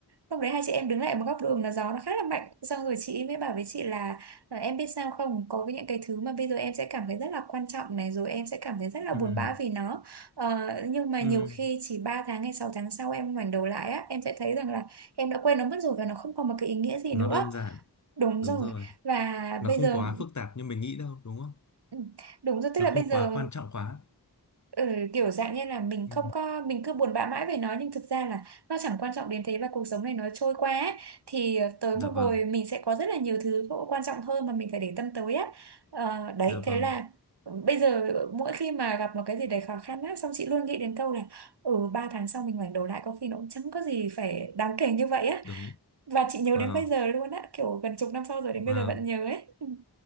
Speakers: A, on the right; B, on the left.
A: lúc đấy hai chị em đứng lại một góc đường là gió nó khá là mạnh xong rồi chị mới bảo với chị là và em biết sao không có những cái thứ mà bây giờ em sẽ cảm thấy rất là quan trọng này rồi em sẽ cảm thấy rất là
B: ừ,
A: buồn bã vì nó ờ, nhưng mà
B: ừ.
A: nhiều khi chỉ 3 tháng hay 6 tháng sau em ngoảnh đầu lại á em sẽ thấy rằng là em đã quên nó mất rồi và nó không còn một cái ý nghĩa gì
B: nó
A: nữa
B: đơn giản
A: đúng
B: đúng
A: rồi
B: rồi
A: và
B: nó
A: bây
B: không
A: giờ
B: quá phức tạp như mình nghĩ đâu đúng không
A: ừ, đúng rồi tức
B: nó
A: là
B: không
A: bây giờ
B: quá quan trọng quá
A: Ừ, kiểu dạng như là mình
B: ừ.
A: không có mình cứ buồn bã mãi về nó nhưng thực ra là nó chẳng quan trọng đến thế và cuộc sống này nó trôi qua ấy. Thì ờ, tới
B: dạ
A: một
B: vâng
A: hồi mình sẽ có rất là nhiều thứ quan trọng hơn mà mình phải để tâm tới á Ờ, đấy
B: dạ vâng
A: thế là bây giờ mỗi khi mà gặp một cái gì đấy khó khăn á xong chị luôn nghĩ đến câu là ừ ba tháng sau mình ngoảnh đầu lại có khi nó cũng chẳng có gì phải đáng kể như vậy á
B: đúng
A: và chị nhớ
B: wow
A: đến bây giờ luôn á kiểu gần chục năm sau rồi đến
B: wow
A: bây giờ vẫn nhớ ấy Ừ.